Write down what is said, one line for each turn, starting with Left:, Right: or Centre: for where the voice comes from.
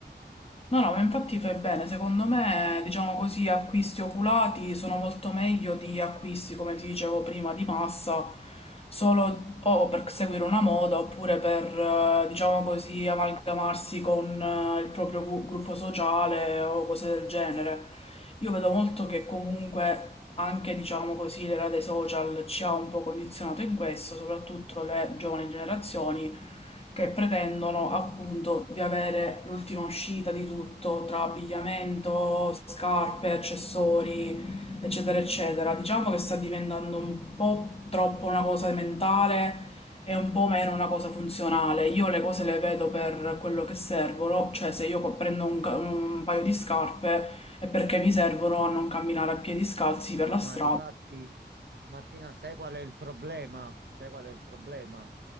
Left: No, no, ma infatti fai bene. Secondo me, diciamo così, acquisti oculati sono molto meglio di acquisti, come ti dicevo prima, di massa, solo o per seguire una moda oppure per, eh, diciamo così, amalgamarsi con eh, il proprio gu- gruppo sociale o cose del genere. Io vedo molto che comunque anche, diciamo così, l'era dei social ci ha un po' condizionato in questo, soprattutto le giovani generazioni. che pretendono appunto di avere l'ultima uscita di tutto, tra abbigliamento, scarpe, accessori, eccetera, eccetera. Diciamo che sta diventando un po' troppo una cosa mentale e un po' meno una cosa funzionale. Io le cose le vedo per quello che servono, cioè se io co- prendo un, ca- un paio di scarpe è perché mi servono a non camminare a piedi scalzi
Right: No,
Left: per la
Right: ma
Left: strada.
Right: difatti, Martina, sai qual è il problema? Sai qual è il problema?